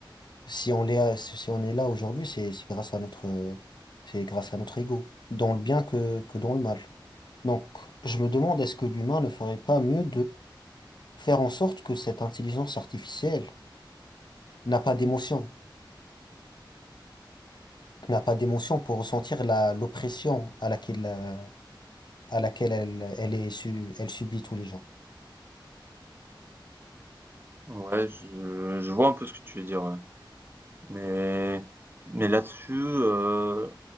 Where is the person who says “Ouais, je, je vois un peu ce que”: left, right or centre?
Right